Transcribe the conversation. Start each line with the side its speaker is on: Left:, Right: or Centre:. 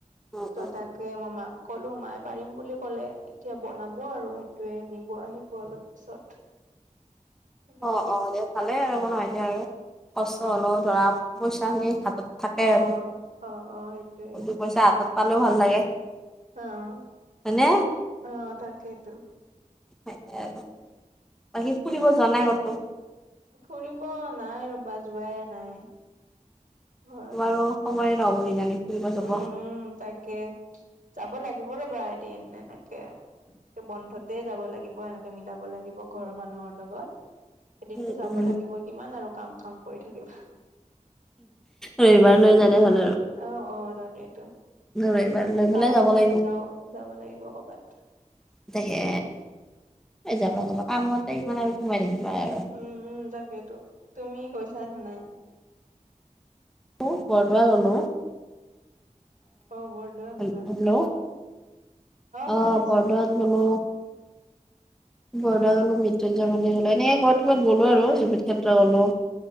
Centre: উম,
Right: ত'
Centre: উম
Right: তাকে, মই মাক কলোঁ মাই পাৰিম বুলি ক'লে। এতিয়া বনাব আৰু সেইটোয়ে নিব আহিব অলপ পিছত। সেনেকে
Centre: অ', অ', দিয়া ভালেই আৰু একো নহয় দিয়া আৰু কষ্ট
Right: উম
Centre: হ'লেও ধৰা পইচাখিনি হাতত থাকে
Right: অ
Centre: আৰু
Right: অ অ সেইটোয়ে
Centre: সেই দু পইচা হাতত পালেও ভাল লাগে।
Right: অ',
Centre: হয়নে?
Right: অ', তাকেতো।
Centre: তাকেই আৰু বাকী ফুৰিব যোৱা নাই ক'তো?
Right: ফুৰিব নাই ৰ'বা যোৱাই নাই। হয়,
Centre: তোমাৰো
Right: <unintelligible>
Centre: সময়ে নহ'ব কিজানি ফুৰিব যাব।
Right: উম, উম, তাকে। যাব লাগিব ৰ'বা এদিন এনেকে। বন্ধতে যাব লাগিব এনেকে মিলাব লাগিব ঘৰৰ মানুহৰ লগত। এদিনটো
Centre: উম,
Right: যাব
Centre: উম,
Right: লাগিব কিমান আৰু কাম, কাম কৰি থাকিবা।
Centre: ৰবিবাৰ লৈ যালে ভাল আৰু।
Right: অ', অ', তাকেতো
Centre: ৰবিবাৰ লৈ
Right: চাওঁ
Centre: পেলাই যাব
Right: ক'লৈ
Centre: লাগিব।
Right: যাওঁ যাব লাগিব কৰ'বাত।
Centre: তাকে, যাবা যাবা কামতে ইমান আৰু সোমাই থাকিবা আৰু।
Right: উম, উম, তাকেতো তুমি গৈছানে নাই?
Centre: <unintelligible> বৰদোৱা গ'লোঁ।
Right: অ', বৰদোৱা
Centre: হেল্ল'
Right: গ'লা।
Centre: অ',
Right: শুনি আছো
Centre: বৰদোৱাত গ'লো, বৰদোৱা
Right: উম।
Centre: গ'লো মৃত্যু <unintelligible> গ'লো এনে ক'বাত ক'বাত গ'লো আৰু জুবিন ক্ষেত্ৰ গ'লো।